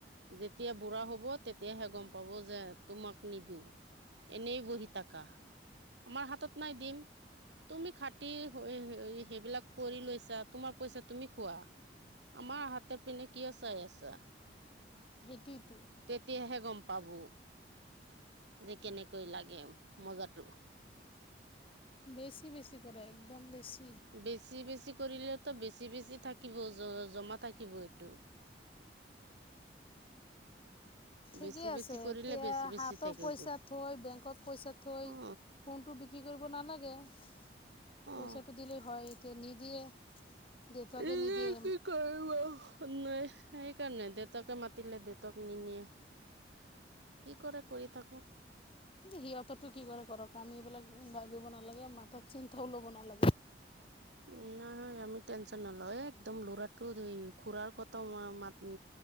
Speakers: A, on the right; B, on the left.
A: যেতিয়া বুঢ়া হব তেতিয়াহে গম পাব যে তোমাক নিদিওঁ। এনেই বহি থাকা। আমাৰ হাতত নাই দিম তুমি খাটি সেইবিলাক কৰি লৈছা তোমাৰ পইচা তুমি খোৱা, আমাৰ হাতৰ পিনে কিয় চাই আছা?
B: সেইটোৱেতো
A: তেতিয়াহে গম প পাব যে কেনেকৈ লাগে মজাটো।
B: বেছি বেছি কৰে একদম বেছি।
A: বেছি বেছি কৰিলেতো বেছি বেছি থাকিব জমা থাকিব এইটো।
B: ঠিকে
A: বেছি
B: আছে
A: বেছি কৰিলে
B: এতিয়া
A: বেছি বেছি
B: হাতৰ
A: থাকিব
B: পইচা থৈ, বেংকত পইচা থৈ
A: অ
B: কোনটো বিক্ৰী কৰিব ন নাই <unintelligible> পইচাটো
A: অ
B: দিল হয়, এতিয়া নিদিয়ে। দেউতাকে
A: উ
B: নিদিয়ে
A: কি কৰিবা, কাম নাই। সেইকাৰণে দেউতাকে মাতিলে দেউতাক নিনিয়ে কি কৰে কৰি থাকক।
B: সিহঁতটোৰ কি কৰে কৰক আমি এইবিলাক ভাবিব নালাগে মাঠাত চিন্তাও ল'ব নালাগে।
A: উম নহয় আমি টেনশচন নলওঁ একদম লৰাটো খুৰাৰ কথা মাত